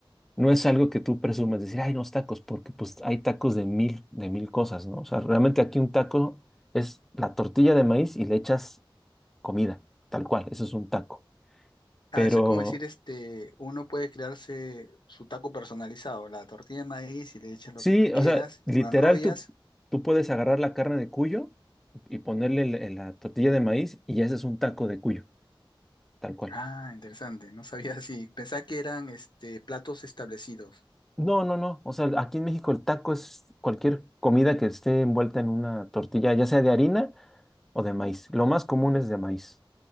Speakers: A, in the centre; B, on the left.
A: No es algo que tú presumas, decir, ay, unos tacos, porque pues hay tacos de mil, de mil cosas, ¿no? O sea, realmente aquí un taco es la tortilla de maíz y le echas comida, tal cual, eso es un taco.
B: a
A: Pero
B: veces como decir, este, uno puede crearse su taco personalizado, la tortilla de maíz y le echas lo
A: sí,
B: que tú quieras,
A: o sea, literal,
B: lo enrollas
A: tú, tú puedes agarrar la carne de cuyo y ponerle el- el- la tortilla de maíz y ese es un taco de cuyo, tal cual.
B: Ah, interesante. No sabía así. Pensaba que eran este, platos establecidos.
A: No, no, no, o sea, aquí en México el taco es cualquier comida que esté envuelta en una tortilla, ya sea de harina o de maíz. Lo más común es de maíz.